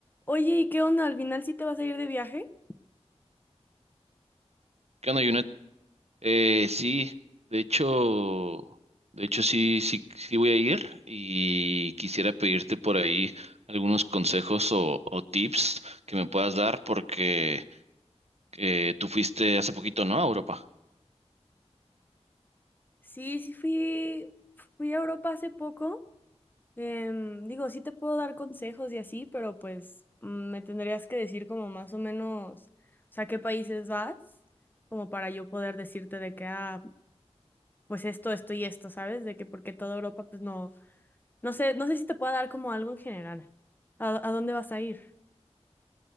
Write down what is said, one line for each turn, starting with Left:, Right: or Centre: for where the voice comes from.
Left: Oye, ¿y qué onda? ¿Al final sí te vas a ir de viaje?
Right: ¿Qué onda, Junet? Eh, sí, de hecho, de hecho sí, sí, sí voy a ir y quisiera pedirte por ahí algunos consejos o, o tips que me puedas dar porque eh, tú fuiste hace poquito, ¿no? A Europa.
Left: Sí, sí fui, fui a Europa hace poco. Em, digo, sí te puedo dar consejos y así, pero pues mm, me tendrías que decir como más o menos, o sea, qué países vas, como para yo poder decirte de que, ah, pues esto, esto y esto, ¿sabes? De que porque toda Europa, pues no, no sé, no sé si te pueda dar como algo en general. ¿A, a dónde vas a ir?